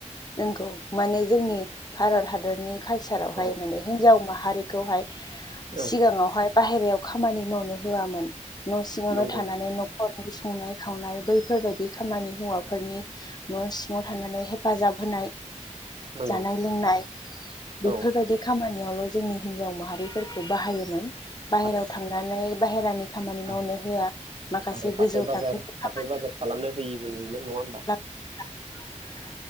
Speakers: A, on the left (about 30°); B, on the right (about 50°).
A: नंगौ माने जोंनि भारत हादरनि कालचारावहाय
B: औ
A: माने हिनजाव माहारिखौहाय
B: औ
A: सिगाङावहाय बाहेरायाव खामानि मावनो होआमोन। न' सिङावनो
B: नंगौ
A: थानानै न खरनि संनाय खावनाय बैफोरबायाददि खामानि हौवाफोरनि सिङाव थानानै हाय फाजाब होनाय
B: नंगौ
A: जानाय लोंनाय बेफोरबायदि
B: औ
A: खामानियावल' जोंनि हिजाव माहारिफोरखौ बाहायोमोन बाहेराव
B: थारैनो
A: थांनानै बाहेरानि खामानि मावनो
B: औ
A: होआ, माखासे
B: आरो हाथाय
A: गोजौ
B: बाजार
A: थाखोनि खामानि
B: हाथाय बाजार खालामनो होयैबो नुयोमोन नङा होमबा?
A: <inaudible> <unintelligible>